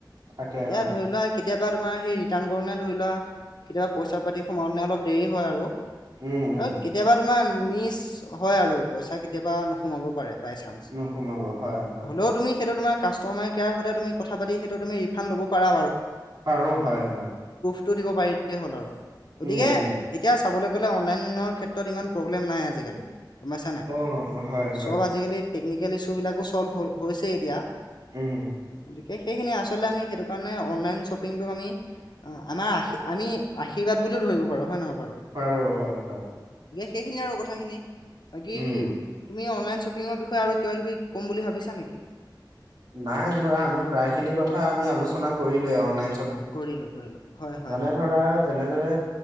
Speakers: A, on the right; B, on the left.
A: থাকে
B: এতিয়া
A: হয়,
B: ধৰি লোৱা কেতিয়াবা তোমাৰ সেই ৰিটাৰ্ণ কৰোে ধৰি লোৱা কেতিয়াবা পইচা পাতি সোমাওঁে অলপ দেৰি হয় আৰু
A: উম, উম,
B: আৰু কেতিয়াবা তোমাৰ মিচ হয় আৰু পইচা কেতিয়াবা নোসোমাব পাৰে। চান
A: নোসোমাব হয়, হয়,
B: হ'লেও তুমি সেইটো তোমাক কাষ্টমাৰ কেয়াৰ সতে তুমি কথা পাতি সেইটো তুি ৰিফাণ্ড ল'ব পাৰা
A: আৰু হয় হয়।
B: দ পাৰ হ আৰু গতিকে
A: উম, উম,
B: এতিয়া চাবলৈ গলে অনল ক্ষ্ৰ ত ইমান প্ৰব্লেম নাই আজিকালি গম পাইছা নাই
A: অ হয় হয়।
B: চব আজিকালি টেকনিকেল ইছ্যু বিলাকো চল্ভ হৈছে এতিয়া
A: উম',
B: গতিকে সেইখিনি আচলতে আি সেই কাৰণে অনলাইন্বপ আমি আমাৰ আ আমি আশ্বাদ বুলিও ধৰিব পাৰো হয় নহয়।
A: পাৰ হয় হয়।
B: সেইখিনিয় আৰু কথাখিনি বাকী
A: উম,
B: তুমি অনলন শ্বপিৰ বিষয়ে আৰু কিবা কিবি ক'ম বুলি ভাবিছা নেকি?
A: নাই ধৰা আমি প্ৰায় খিনি কথা আমি আলোচনা কৰিলোৱ অনলাইন
B: কৰিলো কৰিলো হয় হয়
A: মানে
B: হয়
A: ধ দৰে